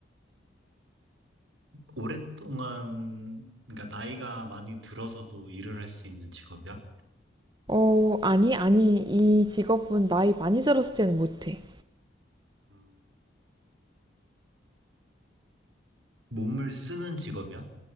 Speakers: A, on the right; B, on the right.
A: 오랫동안, 그러니까 나이가 많이 들어서도 일을 할 수 있는 직업이야?
B: 어, 아니, 아니. 이 직업은 나이 많이 들었을 때는 못해.
A: 음, 몸을 쓰는 직업이야?